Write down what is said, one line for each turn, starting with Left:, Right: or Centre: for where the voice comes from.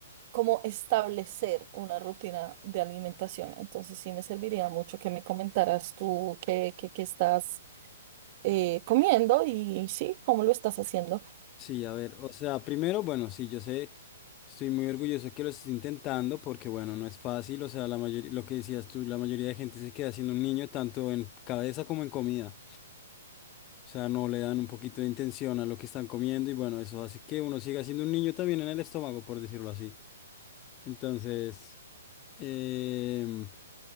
Right: como establecer una rutina de alimentación. Entonces sí me serviría mucho que me comentaras tú qué, qué, qué estás eh, comiendo y sí, cómo lo estás haciendo.
Left: Sí, a ver, o sea, primero, bueno, sí, yo sé, estoy muy orgulloso que lo estés intentando porque bueno, no es fácil, o sea, la mayoría, lo que decías tú, la mayoría de gente se queda siendo un niño tanto en cabeza como en comida. O sea, no le dan un poquito de intención a lo que están comiendo y bueno, eso hace que uno siga siendo un niño también en el estómago, por decirlo así. Entonces, em,